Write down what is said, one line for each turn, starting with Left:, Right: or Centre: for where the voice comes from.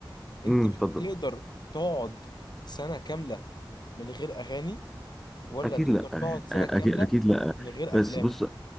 Left: انت
Centre: امم اتفضل
Left: بتقدر تقعد سنه كامله من غير اغاني ولا
Centre: اكيد
Left: تقدر
Centre: لا
Left: تقعد
Centre: يعني أ-
Left: سنه كامله
Centre: اكيد اكيد لا
Left: من غير
Centre: بس
Left: افلام
Centre: بص